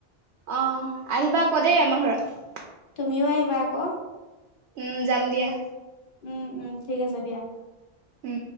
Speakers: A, on the right; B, on the left.
A: অ আহিবা কৌ দেই আমাৰ ঘৰত
B: তুমিও আহিবা আকৌ
A: উম যাম দিয়া
B: উম উম ঠিক আছে দিয়া
A: উম